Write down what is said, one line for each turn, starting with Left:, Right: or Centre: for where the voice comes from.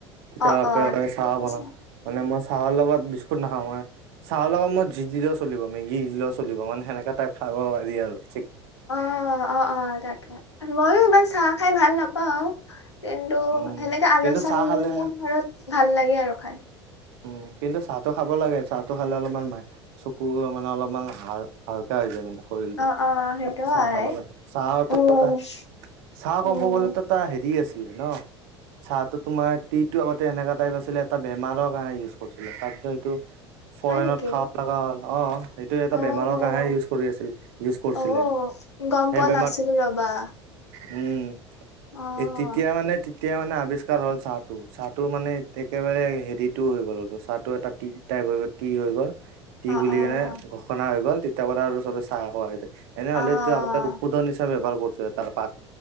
Right: তেতিয়া
Left: অ
Right: একেবাৰে
Left: অ ঠিকে
Right: চাহ
Left: আছে
Right: বনাম, মানে মই চাহৰ লগত বিস্কুট নাখাওঁ মই চাহৰ লগত মই যি দিলেও চলিব মেগী দিলেও চলিব মানে সেনেকা টাইপ খাব পাৰি আৰু ঠিক
Left: অ', অ', অ', তাকে ময়ো ইমান চাহ খাই ভাল নাপাওঁ। কিন্তু
Right: উম।
Left: সেনেকে আল
Right: কিন্তু
Left: <unintelligible>
Right: চাহ খালে
Left: ঘৰত ভাল লাগে আৰু খাই।
Right: উম, কিন্তু চাহটো খাব লাগে খালে অলপমান ম চকু মানে হাল হালকা হৈ যায় মানে শৰীৰটো,
Left: অ অ সেইটো
Right: চাহ
Left: হয়
Right: খাব লাগে চাহটো
Left: উম
Right: এটা চাহ
Left: উম
Right: ক'ব গ'লে ত' এটা হেৰি আছিলে ন' চাহটো তোমাৰ টি টো আগতে এনেকা টাইপ আছিলে এটা বেমাৰৰ <unintelligible> ইউজ কৰিছিলে, তাৰপিছত এইটো ফৰেইনত
Left: হয় নেকি
Right: খাব লগা হ'ল অ', সেইটোয়ে এটা
Left: অ
Right: বেমাৰৰ কাৰনেহে ইউজ কৰি আছিল। ইউজ কৰিছিলে।
Left: অ' গ'ম
Right: সেই
Left: পোৱা
Right: বেমাৰ
Left: নাছিলো ৰ'বা।
Right: উম,
Left: অ'
Right: এই তেতিয়া মানে তেতিয়া মানে আৱিষ্কাৰ হ'ল চাহটো, চাহটো মানে একেবাৰে হেৰিত টো হৈ গ'ল চাহটো এটা টি টাইপ হৈ গ'ল টি হৈ গ'ল টি
Left: অ'
Right: বুলি
Left: অ'
Right: কেনে খানা হৈ গ'ল তেতিয়াৰ পৰা আৰু চবে চাহ খোৱা হৈছে, এনেহ'লে
Left: অ'
Right: আগতে ঔষধ হিচাপে ব্যৱহাৰ কৰিছে। চাহ পাত,